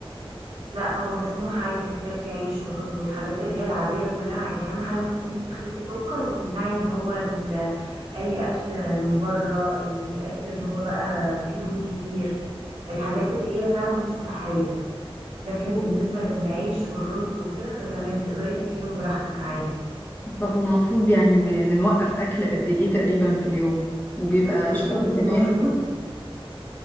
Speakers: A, on the right; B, on the left.
A: لا هو مسموح عادي انك تاكلي عيش ورز والحاجات اللي هي العاديه كلها عادي اهم حاجه بس ان انت تخسي سكر وتمنعي اللي هو ال- اي اكل من بره الاكل اللي هو بقى فيه دهون كتير الحاجات اللي هي فعلا مش صحيه لكن
B: طب
A: بالنسبه للعيش والرز وكده فتمام تقدري تاكليهم براحتك عادي
B: طب والمفروض يعني ب- بنوقف اكل قد ايه تقريبا في اليوم وبيبقى
A: بصي
B: شرب
A: وانت
B: كمان
A: المفروض